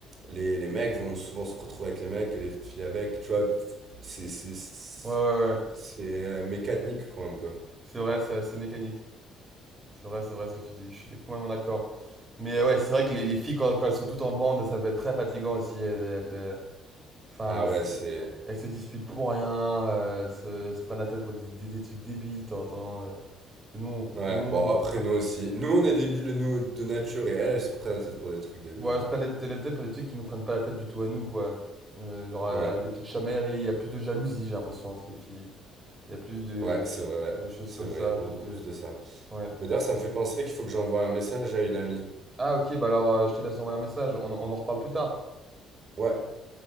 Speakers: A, on the right; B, on the right.
A: les, les mecs vont souvent se retrouver avec les mecs et les filles avec, tu vois, c'est... C'est c'est-
B: Ouais, ouais, ouais. ouais.
A: c'est, euh, mécanique, quoi, un peu.
B: C'est vrai, c'est assez mécanique. C'est vrai, c'est vrai ce que tu dis. Je suis complètement d'accord. Mais euh, ouais, c'est vrai que les, les filles, quand, quand elles sont toutes en bande, ça peut être très fatigant aussi. Elles, elles, euh, enfin,
A: Ah ouais,
B: c'est-
A: c'est...
B: elles se disputent pour rien, euh, elles se, elles se prennent la tête pour des, des- des trucs débiles, t'entends. euh, que nous, on,
A: Ouais,
B: que nous, on
A: bon,
B: comprend.
A: après, nous aussi. Nous, on est débiles, nous, de nature, et elle, elle se prend la tête pour des trucs débiles.
B: Bon, elles se prennent des- la tête pour des trucs qui nous prennent pas la tête du tout à nous, quoi. Euh, genre euh,
A: Ouais,
B: des petites chamailleries, il y a plus de jalousie, j'ai l'impression, entre les filles. Il y a plus de,
A: ouais, c'est vrai.
B: de choses
A: C'est
B: comme
A: vrai,
B: ça,
A: il y a beaucoup
B: plus de...
A: plus de ça.
B: Ouais.
A: Mais d'ailleurs, ça me fait penser qu'il faut que j'envoie un message à une amie.
B: Ah, ok, bah alors euh, je te laisse envoyer un message, on, on en reparle plus tard.
A: Ouais.